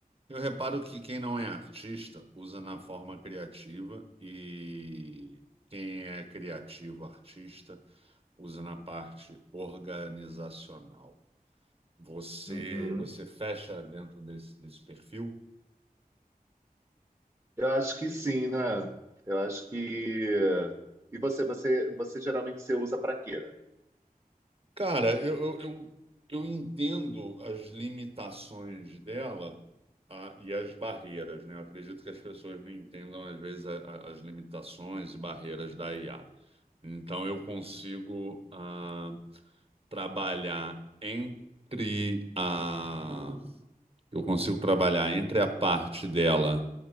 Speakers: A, on the right; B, on the right.
A: Eu reparo que quem não é artista usa na forma criativa e quem é criativo, artista, usa na parte organizacional. Você,
B: Uhum.
A: você fecha dentro desse, desse perfil?
B: Eu acho que sim, né? Eu acho que. E você, você, você geralmente você usa para quê? né?
A: Cara, eu, eu, eu eu entendo as limitações dela, ah, e as barreiras, né? Eu acredito que as pessoas não entendam, às vezes, a- a- as limitações e barreiras da IA. Então, eu consigo ah, trabalhar entre a... Eu consigo trabalhar entre a parte dela